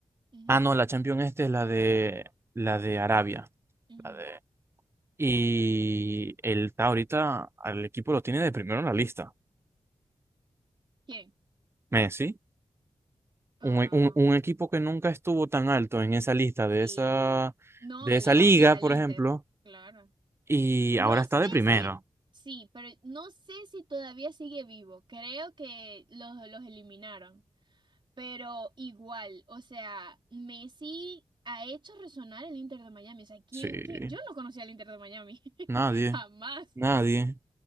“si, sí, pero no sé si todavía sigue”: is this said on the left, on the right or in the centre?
Right